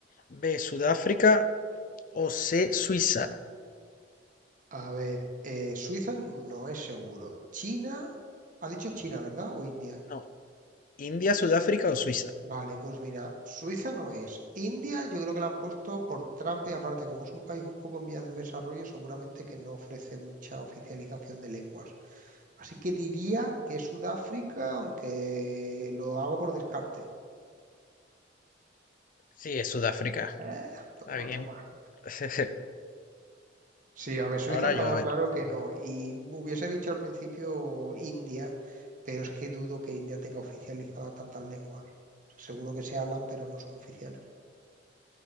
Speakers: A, on the left (about 45°); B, on the right (about 45°).
A: B, Sudáfrica o C, Suiza.
B: A ver, eh, Suiza no es seguro. China, ha dicho China, ¿verdad? ¿O India?
A: No, India, Sudáfrica o Suiza.
B: Vale, pues mira, Suiza no es. India yo creo que la han puesto por trampa y aparte, como es un país un poco en vías de desarrollo, seguramente que no ofrece mucha oficialización de lenguas. Así que diría que es Sudáfrica, aunque lo hago por descarte.
A: Sí, es Sudáfrica.
B: Eh, toma,
A: Está bien.
B: toma.
A: <laughs>
B: Sí, a ver, Suiza
A: Ahora
B: estaba
A: yo, a ver.
B: claro que no. Y hubiese dicho al principio India, pero es que dudo que India tenga oficializada tantas lenguas. O sea, seguro que se hablan, pero no son oficiales.